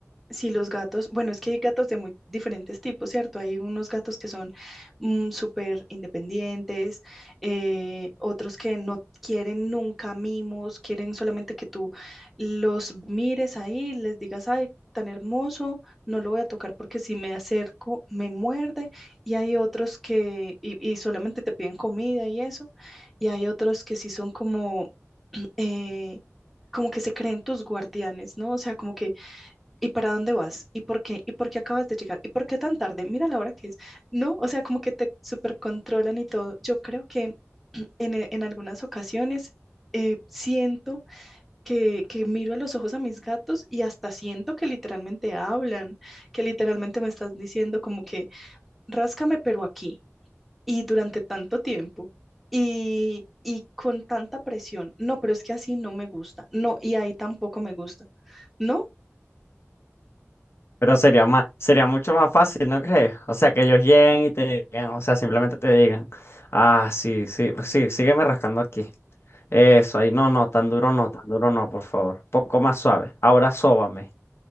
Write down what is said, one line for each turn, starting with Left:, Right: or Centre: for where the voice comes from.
Centre: si los gatos, bueno, es que hay gatos de muy diferentes tipos, ¿cierto? Hay unos gatos que son mm, súper independientes, eh, otros que no quieren nunca mimos, quieren solamente que tú los mires ahí, les digas, ay, tan hermoso, no lo voy a tocar porque si me acerco me muerde, y hay otros que, y, y solamente te piden comida y eso, y hay otros que sí son como eh, como que se creen tus guardianes, ¿no? O sea, como que, ¿y para dónde vas? ¿Y por qué? ¿Y por qué acabas de llegar? ¿Y por qué tan tarde? Mira la hora que es, ¿no? O sea, como que te supercontrolan y todo. Yo creo que en, e- en algunas ocasiones eh, siento que, que miro a los ojos a mis gatos y hasta siento que literalmente hablan, que literalmente me están diciendo como que, ráscame, pero aquí y durante tanto tiempo y, y con tanta presión. No, pero es que así no me gusta. No, y ahí tampoco me gusta. No,
Left: Pero sería más, sería mucho más fácil, ¿no crees? O sea, que ellos lleguen y te digan, o sea, simplemente te digan, ah, sí, sí, sí, sígueme rascando aquí. Eso, ahí. No, no, tan duro no, tan duro no, por favor. Poco más suave. Ahora sóbame.